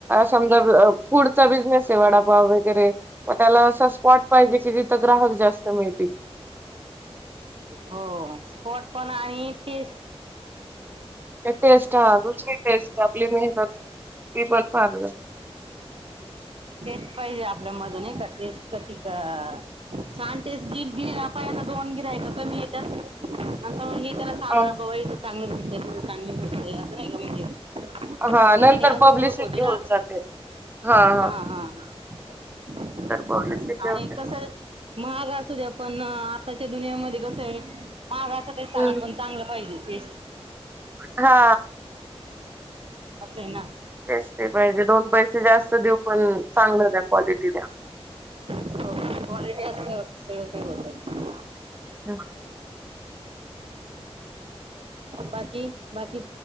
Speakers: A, on the right (about 20°); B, on the right (about 60°).
A: समजा फूडचा बिझनेस आहे वडापाव वगैरे मग त्याला अस स्पॉट पाहिजे की तिथं ग्राहक जास्त मिळतील.
B: हो स्पोट पण आणि पी
A: टेस्ट हा दुसरी टेस्ट आपली मेहनत. ते पण फलं
B: टेस्ट पाहिजे आपल्या म नाही का टेस्ट कशी छान तेच जि गिर पाया दोन गिराहिक आहे का कमी येत्यात त्यांना सां
A: अ,
B: बाबा इथं चांगलं भेटतं तिथं चांगलं भेटतय असं नाही का म्हणजे
A: हा नंतर
B: त्याने अजून
A: पब्लिसिटी
B: ओळख होते
A: होत
B: ना
A: जाते ह
B: हा हा हा
A: पब्लिसिटी होते.
B: आणि कस महाग असू द्या पण आताच्या दुनियामध्ये कस ये महाग असण तरी चालण
A: हम्म
B: पण चांगलं पाहिजे टेस्ट.
A: हा
B: असं आहे ना.
A: बेस् पाहिजे दोन पैसे जास्त देऊ पण चांगलं द्या क्वालिटी द्या
B: हो क्वालिटी असल्याव सगळं काही होत.
A: <unintelligible>
B: बाकी बाकी